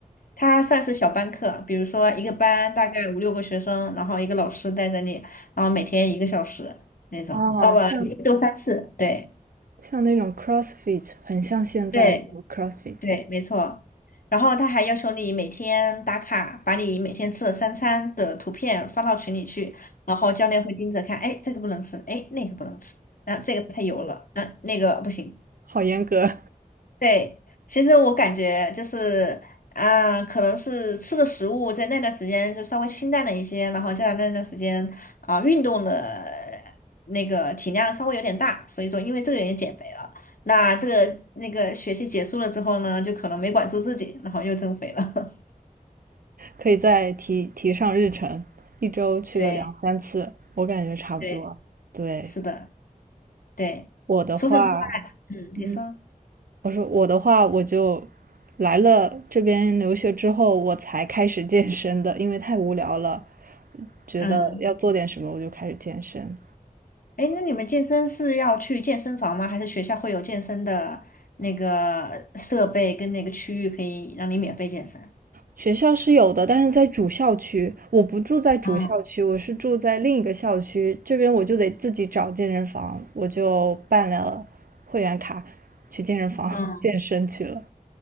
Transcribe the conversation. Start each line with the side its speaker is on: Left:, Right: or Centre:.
Left: 他算是小班课啊，比如说一个班大概五六个学生，然后一个老师带着你，然后每天一个小时那种，
Right: 哦，
Left: 哦不，
Right: 像
Left: 一周三次，对
Right: 像那种 CrossFit，很像现在的
Left: 对
Right: CrossFit，
Left: 对，没错。然后他还要求你每天打卡，把你每天吃的三餐的图片发到群里去，然后教练会盯着看，哎，这个不能吃，哎，那个不能吃，啊，这个太油了，嗯、那个不行。
Right: 好严格。
Left: 对，其实我感觉就是啊、可能是吃的食物在那段时间就稍微清淡了一些，然后加上那段时间啊、运动的那个体量稍微有点大，所以说因为这个原因减肥了。那这个那个学期结束了之后呢，就可能没管住自己，然后又增肥了。
Right: 可以再提提上日程，一周去个两三次，
Left: <laughs> 对
Right: 我感觉差不多。
Left: 对，
Right: 对，
Left: 是的，对。
Right: 我的话，
Left: 除此之外，嗯，你说，
Right: 嗯，我说我的话，我就来了这边留学之后，我才开始健身的，因为太无聊了，觉得要做点什么，
Left: 嗯。
Right: 我就开始健身。
Left: 哎，那你们健身是要去健身房吗？还是学校会有健身的那个设备跟那个区域可以让你免费健身？
Right: 学校是有的，但是在主校区，我不住在主校区，
Left: 嗯
Right: 我是住在另一个校区，这边我就得自己找健身房，我就办了会员卡，去健身房
Left: 嗯
Right: <laughs> 健身去了。